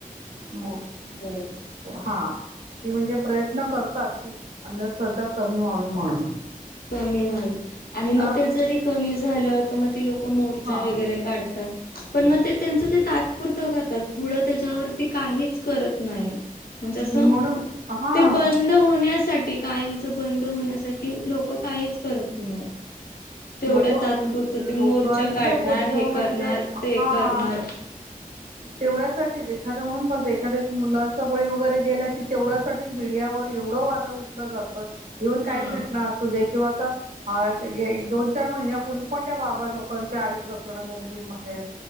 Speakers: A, on the right (about 75°); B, on the left (about 85°).
A: म...
B: हो
A: हा.. की म्हणजे प्रयत्न करतात की -अंधश्रद्धा कमी व्हावी म्हणून.
B: कमी झाल- आणि मग
A: अ
B: ते जरी कमी झालं, तर म ती लोकं मोर्चा
A: हा
B: वगैरे काढतात पण म तेंच ते तात्पुर रत करतात पुढं त्याच्यावरती काहीच करत नाही. म्हणजे असं
A: म्हणून
B: --
A: हा
B: ते बंद होण्यासाठी कायमच बंद होण्यासाठी लोक -- काहीच करत नाहीत. तेवढ्या
A: लोक
B: तात्पुरत
A: लोकांचं
B: ते मोर्चा काढणार
A: बोलणं
B: हे
A: म्हणजे
B: करणार
A: हा
B: ते करणार. ह.
A: तेवढ्यासाठीच एखाद म्हणून ब एखाद्या मुलांचा बळी वगैरे गेला की तेवढ्यासाठी मीडियावर एवढं -- वार उठलं जात <unintelligible>
B: हा
A: काही घटना असू दे किंवा आता एक दोन -- चार महिन्यापूर्वी पण त्या बाबा लोकांचे आली प्रकरण दोन तीन बाहेर.